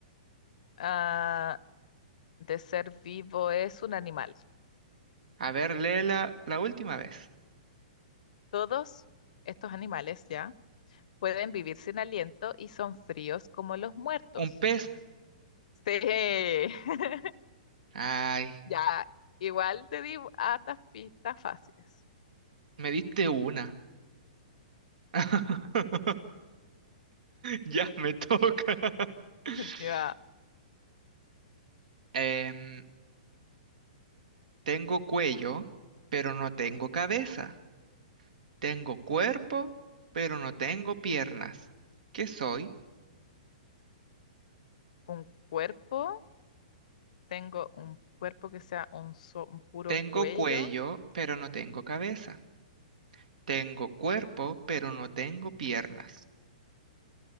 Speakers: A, on the left; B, on the right.
A: Ah, de ser vivo es un animal.
B: A ver, léela la última vez.
A: Todos estos animales ya pueden vivir sin aliento y son fríos como los muertos.
B: Un pez.
A: Sí, <laughs>
B: Ay,
A: ya, igual te di hartas pistas fáciles.
B: me diste una. <laughs> Ya me toca. <laughs>
A: <laughs> Ya,
B: Em, tengo cuello, pero no tengo cabeza. Tengo cuerpo, pero no tengo piernas. ¿Qué soy?
A: un cuerpo tengo un cuerpo que sea un, so- un puro
B: Tengo
A: cuello,
B: cuello, pero no tengo cabeza. Tengo cuerpo, pero no tengo piernas.